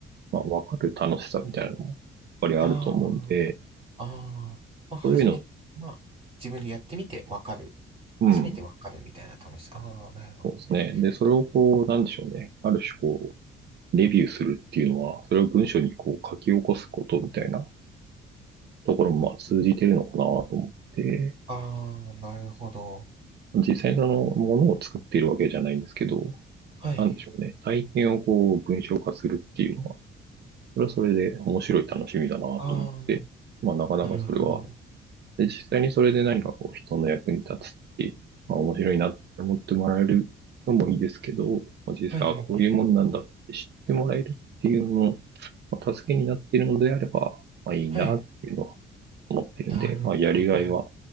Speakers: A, on the right; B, on the right.
A: まあ、わかる楽しさみたいなのも、やっぱりあると思うんで、
B: ああ、ああ、まあ、初め、
A: そういうの、
B: まあ、自分でやってみてわかる。
A: うん、
B: 初めてわかるみたいな楽しさ。ああ、なるほどね。
A: そうですね。で、それをこう、なんでしょうね。ある種こう、レビューするっていうのは、それを文章にこう書き起こすことみたいなところもまあ通じてるのかなと思って、
B: ああ、なるほど。
A: 実際そのものを作っているわけじゃないんですけど、
B: はい。
A: なんでしょうね。体験をこう、文章化するっていうのは、それはそれで面白い楽しみだなと思って、
B: あ
A: まあなかなかそれは
B: あ、なるほど。
A: で、実際にそれで何かこう人の役に立つっていう、まあ面白いなって思ってもらえるのもいいですけど、まあ、実際はこういうもんなんだって知ってもらえるっていうのの、
B: はいはいはい。
A: まあ、助けになっているのであれば、まあいいなっていうのは
B: はい。
A: 思ってるんで、
B: なるほど。
A: まあやりがいは